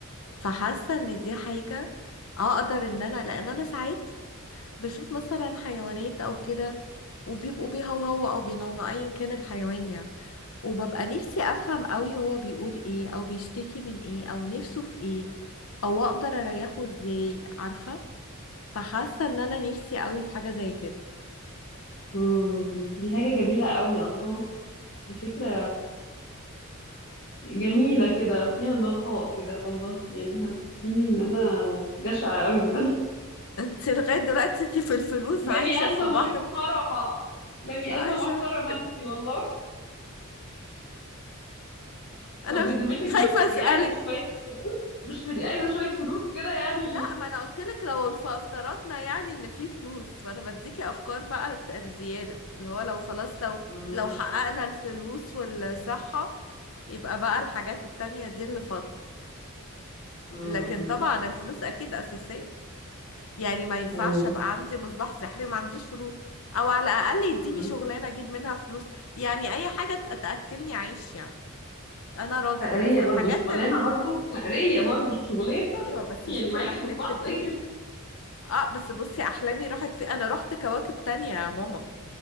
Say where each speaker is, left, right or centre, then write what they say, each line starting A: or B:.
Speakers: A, on the left; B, on the left.
A: فحاسة ان دي حاجة اقدر ان انا لان انا ساعات بشوف مثلا حيوانات او كده وبيبقوا بيهوهوا او بينونوا ايا كان الحيوان يعني وببقى نفسي افهم قوي هو بيقول ايه او بيشتكي من ايه او نفسه في ايه او اقدر اريحه ازاي عارفة فحاسة ان انا نفسي قوي في حاجة زي كده
B: مم. دي حاجة جميلة قوي الله دي فكرة جميلة كده فيها نقاء كده والله يعني حسستيني ان انا جشعة قوي بالله
A: <laughs> انت لغاية دلوقتي انت في الفلوس
B: <laughs>
A: عايشة
B: بني آدمة
A: في بحر
B: محترمة بني
A: عايشة
B: آدمة محترمة انتي والله
A: انا
B: طب بذمتك
A: مش <laughs> خايفة
B: مش هتبقي
A: اسألك
B: عايزة شوية فلوس مش هتبقي عايزة شوية فلوس كده يعني
A: لا ما انا قلت لك لو الف- افترضنا يعني ان في فلوس فانا بديكي افكار بقى الزيادة اللي هو لو خلاص لو
B: مم،
A: لو حققنا الفلوس والصحة يبقى بقى الحاجات التانية دي اللي فاضلة
B: مم،
A: لكن
B: مم،
A: طبعا الفلوس اكيد اساسيه يعني ما ينفعش
B: مم.
A: ابقى عندي مصباح سحري وما عنديش فلوس او على الاقل يديني
B: مم.
A: شغلانه اجيب منها فلوس يعني اي حاجه تأ- تاكلني عيش يعني انا راضيه
B: فقرية
A: بس
B: برضو
A: الحاجات
B: شغلانة
A: ال...
B: برضو فقرية برضو شغلانة
A: ايوه
B: <laughs>
A: بس شوفي
B: يعني معاكي
A: انا حلمت
B: مصباح
A: بايه
B: سكر
A: اه بس بصي احلامي راحت في انا رحت كواكب تانية يا ماما